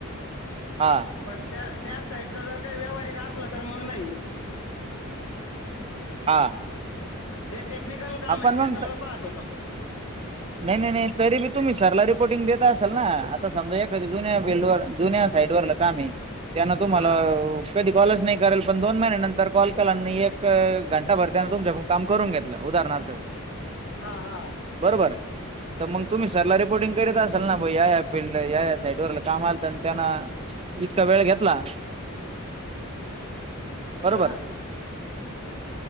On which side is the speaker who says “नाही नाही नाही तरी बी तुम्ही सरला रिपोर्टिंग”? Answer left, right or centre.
Right